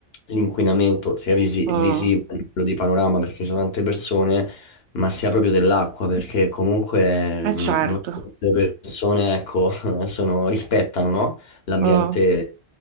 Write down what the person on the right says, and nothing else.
mm.
Eh
certo,
Mm,